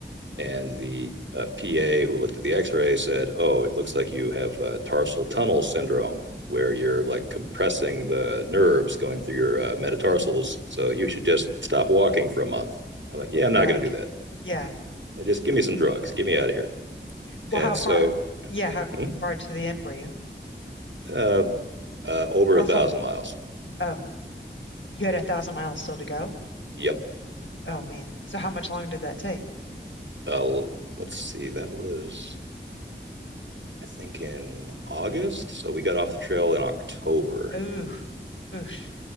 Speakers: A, on the right; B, on the left.
A: And the uh, PA who looked at the X-ray said, "Oh, it looks like you have uh, tarsal tunnel syndrome, where you're like compressing the nerves going through your uh, metatarsals. So you should just stop walking for a month." I'm like, "Yeah,
B: And
A: I'm not
B: you're like,
A: going to do that.
B: "Yeah.
A: Just give me some drugs. Get me out of here."
B: Well,
A: And
B: how
A: so,
B: far? Yeah, how
A: hmm,
B: far to the end were you?
A: uh, uh, over
B: Or
A: a thousand
B: from?
A: miles.
B: Oh, you had a thousand miles still to go.
A: Yep.
B: Oh man. So how much longer did that take?
A: uh, let's see, that was I think in August. So we got off the trail in October.
B: Ooh, oosh.